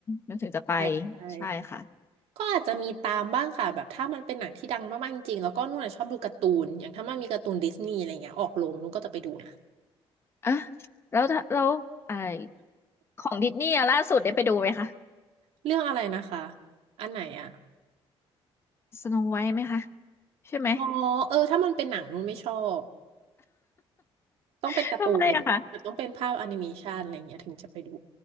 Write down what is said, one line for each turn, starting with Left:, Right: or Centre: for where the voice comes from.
Left: นึกถึงจะไป
Right: ใช่ใช่
Left: ใช่ค่ะ
Right: ก็อาจจะมีตามบ้างค่ะแบบถ้ามันเป็นหนังที่ดังมากๆจริงๆแล้วก็นุ่นอะชอบดูการ์ตูนอย่างถ้ามันมีการ์ตูนดิสนีย์อะไรเงี้ยออกโรงนุ่นก็จะไปดูนะ
Left: อ่ะแล้วถ้าแล้วไอของดิสนีย์อะล่าสุดได้ไปดูไหมคะ
Right: เรื่องอะไรนะคะอันไหนอ่ะ
Left: สโนไวท์ไหมคะใช่ไหม
Right: อ๋อเออถ้ามันเป็นหนังนุ่นไม่ชอบ ต้องเป็นการ์ตูนหรือต้องเป็นภาพแอนิเมชันอะไรเงี้ยถึงจะไปดู
Left: <laughs> ทำไมอะคะ